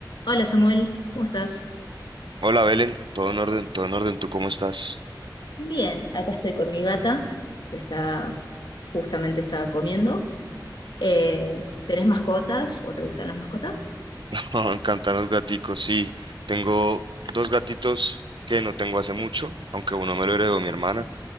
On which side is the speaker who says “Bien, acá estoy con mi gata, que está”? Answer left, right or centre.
Left